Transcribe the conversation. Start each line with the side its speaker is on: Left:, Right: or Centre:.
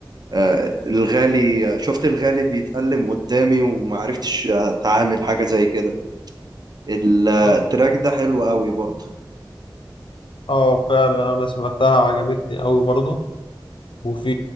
Right: آه، الغالي شفت الغالي بيتألم قدامي ومعرفتش أتعامل حاجة زي كده ال- التراك
Left: اه
Right: ده حلو قوي برضه
Left: آه، فعلا أنا سمعتها عجبتني أوي برضو وفي